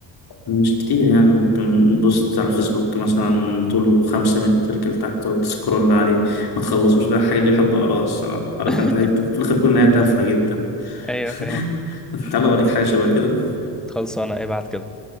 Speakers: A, on the left; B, in the centre.
A: مش كتير يعني ممكن بوست على الفيسبوك مثلا طوله خمسة متر كده تحت وتسكرول عليه ما تخلصوش ده الحاجات دي بحب اقراها الصراحة عارف
B: <laughs>
A: انت حاجات في الآخر كل نهاية تافهة جدا
B: ايوه فاهم
A: <laughs> تعالى اوريك حاجة شبه كده
B: خلصانه ابعت كده